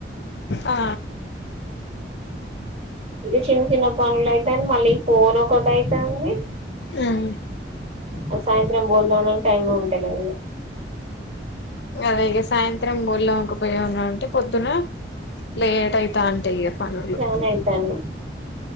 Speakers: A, on the left; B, on the right.
A: ఆ
B: ఇది చిన్న చిన్న పనులు అయితడి మళ్ళీ ఫోన్ ఒకటి అయితండి
A: ఆ ఉమ్
B: ఆ సాయంత్రం భోజనాలకి టైమే ఉంటలేదు
A: అద ఇక సాయంత్రం గోళంకపోయా ఉన్నాంటే పొద్దున లేట్ అయితాంటాయి ఇక పనులు
B: చానా అయితాంది